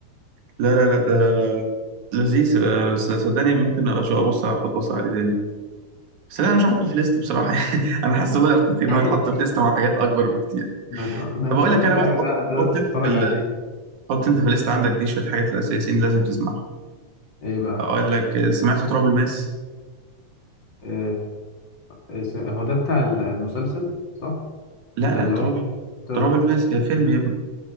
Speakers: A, on the right (about 75°); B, on the left (about 40°).
A: لا لا لا ده لذيذ آه، س- صدقني ممكن أش- ابص اخد بص عليه تاني بس لا انا مش هحطه في ليست بصراحه <laughs> انا حاسس الله يرتقي ان
B: <laughs>
A: هو يتحط في ليست مع حاجات اكبر بكتير
B: ما ت- ما
A: طب
B: تقعدش
A: اقول لك انا بقى
B: حاجه
A: تحط
B: ده ده
A: حط
B: انت
A: انت
B: تتفرج
A: في ال...
B: عليه
A: حط انت في الليست عندك دي شويه حاجات الاساسيين لازم تسمعها
B: ايه بقى
A: اقول لك آه، سمعت تراب الماس
B: إيه... اسم- هو ده بتاع ال- المسلسل صح
A: لا
B: ده
A: لا
B: اللي
A: تراب
B: هو بتاع...
A: تراب الماس هي فيلم يا ابني